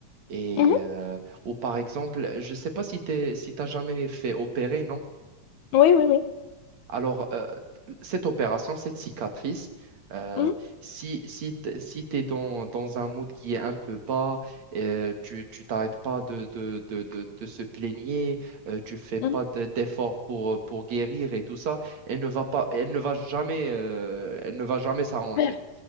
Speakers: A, on the right; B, on the left.
A: Et
B: Mhm.
A: euh, ou par exemple, je ne sais pas si tu si t'as jamais fait opérer, non?
B: Oui, oui, oui.
A: Alors, euh, cette opération, cette cicatrice, euh,
B: Mhm.
A: si, si, t- si tu es dans, dans un mood qui est un peu bas, euh, tu tu t'arrêtes pas de, de, de, de, de se plaigner, euh, tu fais
B: Mhm,
A: pas de- d'efforts pour, pour guérir et tout ça, elle ne va pas, elle ne va jamais, euh, elle ne va jamais s'arranger.
B: super.